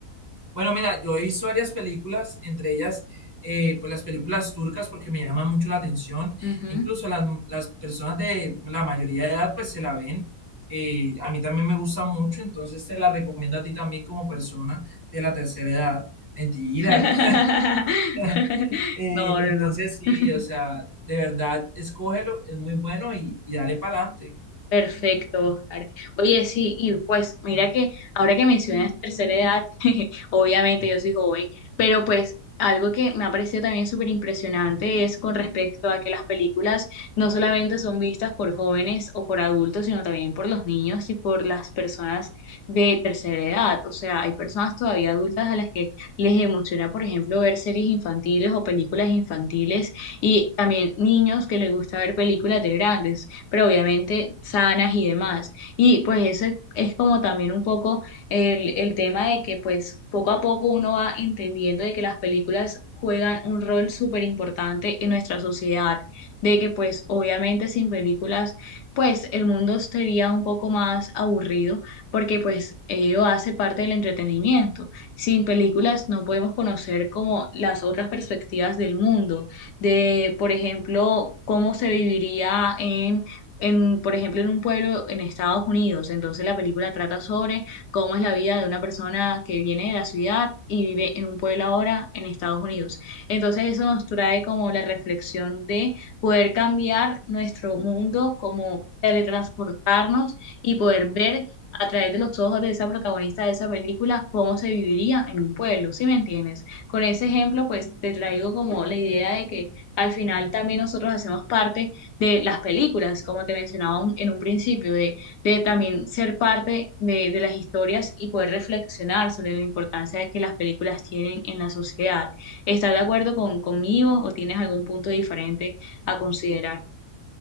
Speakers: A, on the right; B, on the left.
A: Bueno, mira, yo he visto varias películas, entre ellas, eh, pues las películas turcas, porque me llaman mucho la atención.
B: Ujú.
A: Incluso las, las personas de la mayoría de edad, pues se la ven. Eh, a mí también me gusta mucho, entonces te la recomiendo a ti también como persona de la tercera edad. Mentira.
B: <laughs>
A: <laughs> Eh,
B: No, no,
A: entonces sí,
B: no.
A: o
B: <laughs>
A: sea, de verdad, escógelo, es muy bueno y, y dale para adelante.
B: Perfecto, Oscar. Oye, sí, y pues mira que ahora que mencionas tercera edad, <laughs> obviamente yo soy joven, pero pues algo que me ha parecido también súper impresionante es con respecto a que las películas no solamente son vistas por jóvenes o por adultos, sino también por los niños y por las personas de tercera edad. O sea, hay personas todavía adultas a las que les emociona, por ejemplo, ver series infantiles o películas infantiles y también niños que les gusta ver películas de grandes pero obviamente sanas y demás. Y pues eso es, es como también un poco el, el tema de que pues poco a poco uno va entendiendo de que las películas juegan un rol súper importante en nuestra sociedad, de que pues obviamente sin películas pues el mundo sería un poco más aburrido porque pues ello hace parte del entretenimiento. Sin películas no podemos conocer como las otras perspectivas del mundo, de por ejemplo cómo se viviría en en, por ejemplo, en un pueblo en Estados Unidos. Entonces la película trata sobre cómo es la vida de una persona que viene de la ciudad y vive en un pueblo ahora en Estados Unidos. Entonces eso nos trae como la reflexión de poder cambiar nuestro mundo, como teletransportarnos y poder ver a través de los ojos de esa protagonista de esa película cómo se viviría en un pueblo, ¿sí me entiendes? Con ese ejemplo, pues te traigo como la idea de que al final también nosotros hacemos parte de las películas, como te mencionaba un- en un principio, de, de también ser parte de, de las historias y poder reflexionar sobre la importancia que las películas tienen en la sociedad. ¿Estás de acuerdo con, conmigo o tienes algún punto diferente a considerar?